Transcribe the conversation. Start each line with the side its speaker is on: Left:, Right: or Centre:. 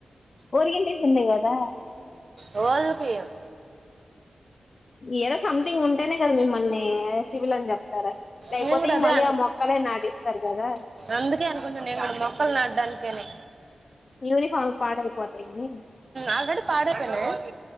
Left: ఓరియంటేషన్ డే కదా
Right: రోల్ పీఎం
Left: ఏదో సంథింగ్ ఉంటేనే కదా మిమ్మల్ని సివిల్ అని చెప్తారా లేకపోతే
Right: నేను కూడా
Left: ఇంక
Right: అదే
Left: మళ్ళీ ఆ మొక్కలే నాటిస్తారు కదా
Right: అందుకే అనుకుంటు నేను ఆ మొక్కలు నాడడానికేనే
Left: యూనిఫామ్లు పాడైపోతాయని
Right: ఆల్రెడీ పాడైపోయినయా